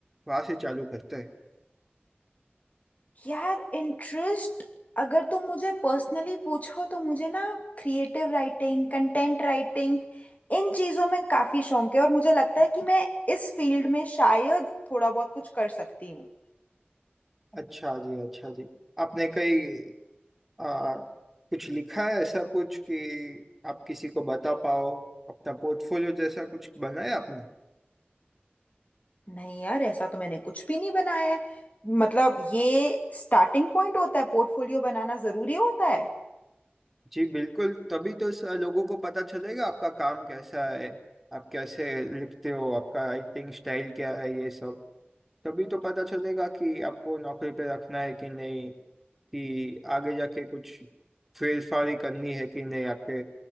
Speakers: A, in the centre; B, on the left.
A: वहां से चालू करते हैं
B: यार इंटरेस्ट अगर तुम मुझे पर्सनली पूछो तो मुझे ना क्रिएटिव राइटिंग कंटेंट राइटिंग इन चीज़ों में काफ़ी शौक है और मुझे लगता है कि मैं इस फील्ड में शायद थोड़ा बहुत कुछ कर सकती हूँ
A: अच्छा जी अच्छा जी आपने कहीं आ, कुछ लिखा है ऐसा कुछ कि आप किसी को बता पाओ अपना पोर्टफोलियो जैसा कुछ बनाया आपने
B: नहीं यार ऐसा तो मैंने कुछ भी नहीं बनाया है मतलब ये स्टार्टिंग पॉइंट होता है पोर्टफोलियो बनाना ज़रूरी होता है
A: जी बिल्कुल तभी तो स- लोगों को पता चलेगा आपका काम कैसा है आप कैसे लिखते हो आपका राइटिंग स्टाइल क्या है ये सब तभी तो पता चलेगा कि आपको नौकरी पे रखना है कि नहीं कि आगे जाके कुछ फेरफारी करनी है कि नहीं आपके